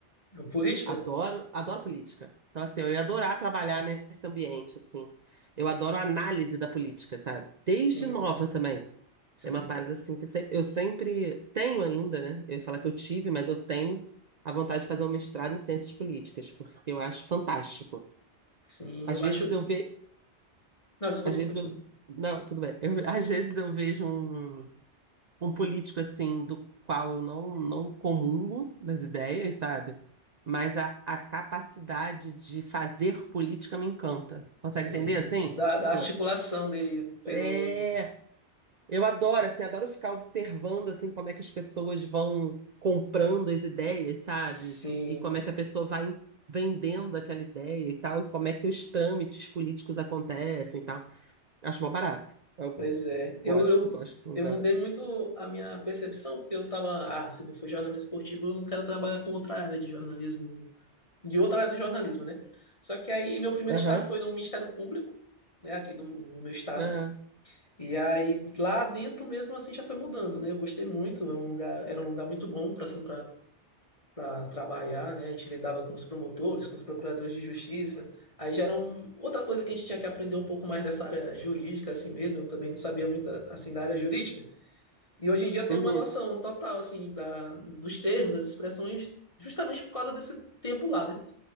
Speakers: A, on the left; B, on the right.
A: Política?
B: Adoro, adoro política. Então, assim, eu ia adorar trabalhar nesse ambiente, assim. Eu adoro a análise da política, sabe? Desde
A: Sim,
B: nova também.
A: sim,
B: É uma parada, assim, que sempre, eu sempre tenho ainda, né? Eu ia falar que eu tive, mas eu tenho a vontade de fazer um mestrado em ciências políticas, porque eu acho fantástico.
A: sim.
B: Às
A: Eu
B: vezes
A: acho.
B: eu vejo...
A: Não, desculpa,
B: Às vezes
A: continua.
B: eu... Não, tudo bem. Eu- às vezes eu vejo um... um político assim do qual eu não não comungo das ideias, sabe? Mas a, a capacidade de fazer política me encanta. Consegue
A: Sim,
B: entender assim?
A: da, da
B: Tipo,
A: articulação dele pelo.
B: é, eu adoro assim, adoro ficar observando assim como é que as pessoas vão comprando as ideias, sabe?
A: Sim,
B: E como é que a pessoa vai em- vendendo aquela ideia e tal, e como é que os trâmites políticos acontecem e tal. Acho mó barato. Eu
A: pois é.
B: gosto,
A: Eu, eu,
B: gosto
A: eu
B: da.
A: mudei muito a minha percepção, porque eu tava, ah, se não for jornalismo esportivo, eu não quero trabalhar com outra área de jornalismo, de outra área do jornalismo, né? Só que aí meu primeiro
B: Aham.
A: estágio foi no Ministério Público, né, aqui do, do meu estado.
B: aham.
A: E aí lá dentro mesmo assim já foi mudando, né? Eu gostei muito, é um lugar, era um lugar muito bom para assim, para trabalhar, né? A gente lidava com os promotores, com os procuradores de justiça. Aí já era um- outra coisa que a gente tinha que aprender um pouco mais dessa área jurídica, assim mesmo. Eu também não sabia muito, assim, da área jurídica. E hoje em dia eu tenho
B: Uhum.
A: uma noção total, assim, da, dos termos, das expressões, justamente por causa desse tempo lá, né?